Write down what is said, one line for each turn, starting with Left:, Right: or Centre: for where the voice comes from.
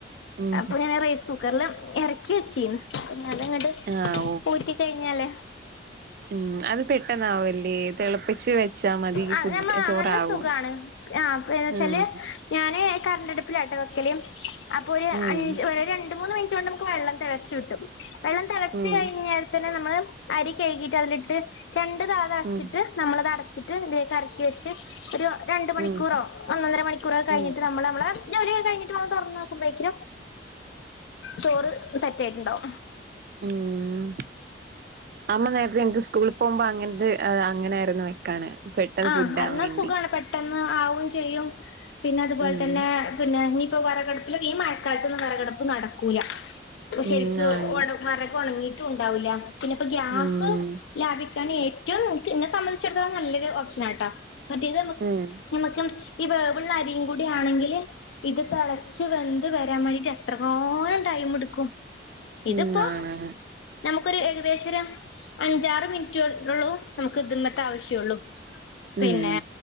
Right: ഉം
Left: അപ്പൊ ഞാൻ റൈസ് കുക്കറില് എറ <unintelligible> അതങ്ങട്ട്
Right: ആഹ്
Left: ഊറ്റി കഴിഞ്ഞാലെ
Right: മ്മ് അത് പെട്ടെന്നാവല്ലേ തിളപ്പിച്ച് വെച്ചാ മതി
Left: ആഹ്
Right: ഫുഡ്
Left: നമ്മൾ ആ
Right: ചോറാവും
Left: നല്ല സുഖാണ് ആ പിന്നെ വെച്ചാല്
Right: ഉം
Left: ഞാന് കണ്ടാ അടുപ്പിലാട്ട വെക്കല് അപ്പൊ ഒര്
Right: ഉം
Left: അഞ്ച് ഒര് രണ്ട് മൂന്ന് മിനിറ്റോണ്ട് വെള്ളം തെളച്ച് കിട്ടും വെള്ളം തെളച്ച്
Right: ഉം
Left: കഴിഞ്ഞാ <unintelligible> നമ്മള് അരി കഴികീട്ട് അതിലിട്ട് രണ്ട് തള തളച്ചിട്ട്
Right: ഉം
Left: നമ്മളത് അടച്ചിട്ട് ഇതിലേകറക്കി വെച്ച് ഒരു രണ്ട് മണിക്കൂറോ
Right: ഉം
Left: ഒന്നൊന്നര മണിക്കൂറോക്കെ കഴിഞ്ട്ട്
Right: ഉം
Left: നമ്മള് നമ്മള് ജോലിയൊകെ കഴിഞ്ട്ട് വന്ന് തൊറന്നു നോക്കുമ്പോഴേക്ക്നും ചോറ് സെറ്റ് ആയിട്ട്ണ്ടാവും
Right: മ്മ് അമ്മ നേരത്തെ എനിക്ക് സ്കൂളിൽ പോകുമ്പോ അങ്ങൻത്ത് അങ്ങനെ ആയിരുന്നു വെക്കാണ് പെട്ടെന്ന്
Left: ആ
Right: ഫുഡ് ആവാൻ
Left: അന്നാ
Right: വേണ്ടി
Left: സുഖാണ് പെട്ടെന്ന് ആവും ചെയ്യും പിന്നെ അതുപോലെ
Right: ഉം
Left: തന്നെ പിന്നെ വെറകടുപ്പില് ഈ മഴ കാലത്തൊന്നും വെറകടുപ്പ് നടക്കൂല ശരിക്ക്
Right: ഉം ആണ്
Left: വെറക് ഒണങ്ങിട്ടുംണ്ടാവൂല്ല പിന്നെപ്പ ഗ്യാസ്
Right: ഉം
Left: ലാഭിക ഏറ്റവും ഇന്നെ സംഭന്തിചെട്ത്തോളം നല്ലൊരു നാട്ട മറ്റേത്
Right: ഉം
Left: <unintelligible> ഈ വേവ്ള്ള അരിം കൂടിയാണെങ്കില് ഇത് തെളച്ച് വെന്ത് വരാൻ വെണ്ടീട്ട് എത്രറങ്ങാനും ടൈമെട്ക്കും ഇത്പ്പോ
Right: ഉം ആണ്
Left: ക്കൊരു ഏകദേശം ഒരു അഞ്ചാറ് മിനിറ്റേ ഒള്ളു നമുക്ക് ഇത്മ്മത്തെ ആവശ്യം ഒള്ളു പിന്നെ
Right: ഉം